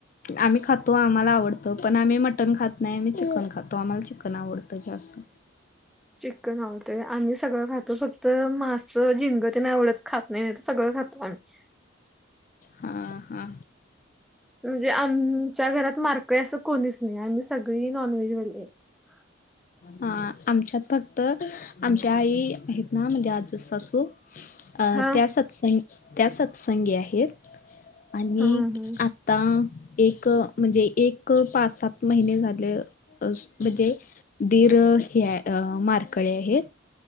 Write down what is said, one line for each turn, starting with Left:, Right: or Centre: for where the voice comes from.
Left: आम्ही खातो आम्हाला आवडतं पण आम्ही मटन खात नाही, आम्ही चिकन खातो. आम्हाला चिकन आवडतं जास्त
Centre: चिकन आवडत. ते आम्ही सगळं खातो फक्त मास, झिंंग ते नाही आवडत खात नाही, नाही तर सगळं खातो आम्ही
Left: हा हा.
Centre: म्हणजे आमच्या घरात माळकरी असं कोणीच नाही आम्ही सगळी नॉनव्हेजवाली आहे. <inaudible>
Left: अ आमच्यात फक्त आमच्या आई आहेत ना म्हणजे आजच सासू अ
Centre: हा
Left: त्या सत्संग त्या सत्संगी आहेत. आणि
Centre: हा हा
Left: आ ता एक म्हणजे एक पाच, सात महिने झाले अस म्हणजे दीर हे माळकरी आहेत.